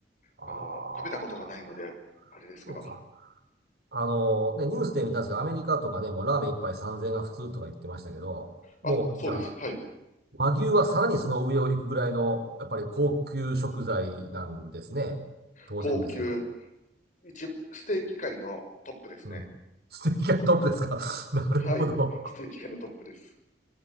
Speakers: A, on the right; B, on the left.
A: あ、
B: あの、
A: ああ、
B: 食べたことがないので、あれですけど。
A: そうか。あの、ね、ニュースで見たんですけど、アメリカとかね、もうラーメン一杯3000円が普通とか言ってましたけど、
B: あ、
A: もう、
B: そうです。
A: じゃあ、
B: はい。
A: 和牛はさらにその上を行くぐらいの、やっぱり高級食材なんですね。当然ですけど。
B: 高級、一、ステーキ界のトップですね。
A: うん。ステーキがトップですか。<laughs> なるほど。
B: はい。ステーキ界のトップです。